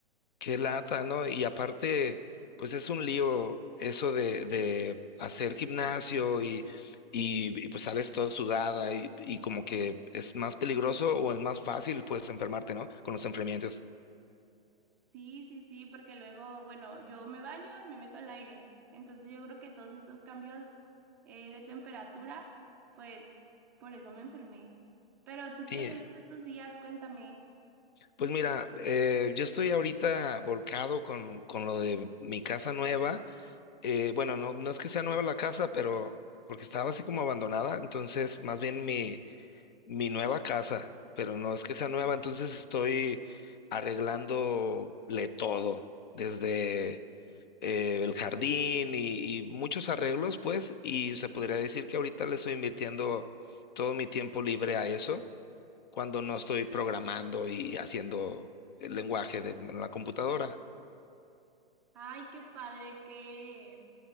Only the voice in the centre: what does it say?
Sí, sí, sí, porque luego, bueno, yo me baño y me meto al aire. Entonces yo creo que todos estos cambios eh, de temperatura, pues por eso me enfermé. Pero ¿tú
qué has hecho estos días? Cuéntame.
Ay, qué padre, qué,